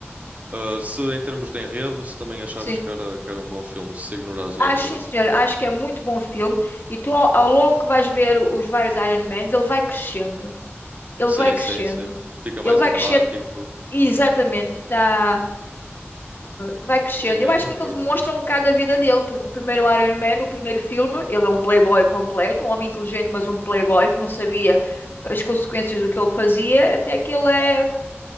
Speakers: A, on the right; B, on the left.
A: Uh, se em termos de enredo, se também achavas
B: Sim.
A: que era, que era um bom filme, se ignorares o
B: Acho,
A: ator.
B: sim, senhora. Acho que é muito bom filme. E tu, ao, ao longo que vais ver os vários Iron Mans, ele vai crescendo. Ele
A: Sim,
B: vai crescendo.
A: sim, sim. Fica mais
B: Ele vai
A: empático.
B: crescendo. Exatamente. Tá... Vai crescendo.
A: Sim, aí
B: Eu acho
A: concordo.
B: que aquilo demonstra um bocado a vida dele, porque o primeiro Iron Man, o primeiro filme, ele é um playboy completo, um homem inteligente, mas um playboy que não sabia as consequências do que ele fazia, até que ele é